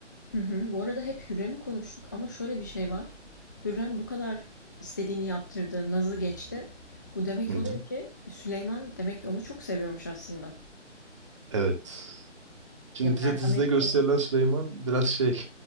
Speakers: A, on the left; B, on the right.
A: Hı hı. Bu arada hep Hürrem'i konuştuk ama şöyle bir şey var. Hürrem bu kadar istediğini yaptırdı, nazı geçti. Bu demek
B: Hı hı.
A: oluyor ki Süleyman demek ki onu çok seviyormuş aslında.
B: Evet. Şimdi
A: Ya
B: bize
A: merhametli.
B: dizide gösterilen Süleyman biraz şey